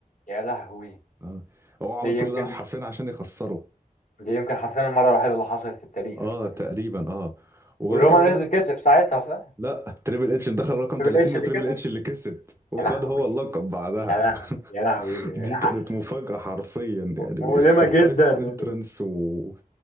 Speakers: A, on the left (about 60°); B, on the right (about 20°).
A: يا لهوي
B: اه هو عمل
A: دي
B: كل
A: يمكن
B: ده حرفيا عشان يخسره
A: دي يمكن حرفيا المره الوحيده اللي حصلت في التاريخ
B: اه
A: يعني
B: تقريبا اه وغير
A: والرومان
B: كده بقى
A: رينز <laughs> كسب ساعتها صح؟
B: لا تريبل اتش اللي دخل رقم
A: تريبل
B: 30
A: اتش
B: وتريبل
A: اللي كسب
B: اتش اللي كسب وخد
A: يا لهوي
B: هو اللقب بعدها
A: يا لهوي يا لهوي
B: <laughs> دي
A: ع-
B: كانت مفاجأة حرفيا يعني
A: مؤلمه
B: السربرايز
A: جدا
B: انترنس و